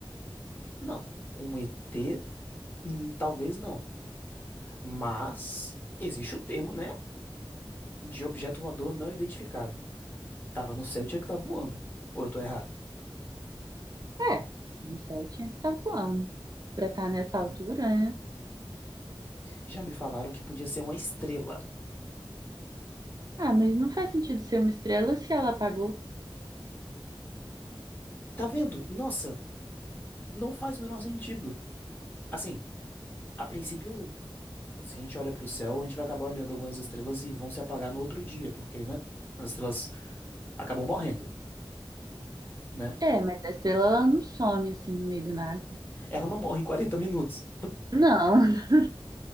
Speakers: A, on the left; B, on the right.
A: Não, um ET Hum, Talvez não. Mas existe o termo, né? De objeto voador não identificado. Tava no céu, tinha que estar voando. Ou eu tô errado?
B: É, tava no céu, tinha que estar voando. Pra estar nessa altura, né?
A: Já me falaram que podia ser uma estrela.
B: Ah, mas não faz sentido ser uma estrela se ela apagou.
A: Tá vendo? Nossa, não faz o menor sentido. Assim, a princípio, se a gente olha pro céu, a gente vai acabar olhando algumas estrelas e vão se apagar no outro dia, porque, né? As estrelas acabam morrendo, né?
B: É, mas a estrela ela não some assim no meio do nada.
A: Ela não morre em 40 minutos. <laughs>
B: Não. <laughs>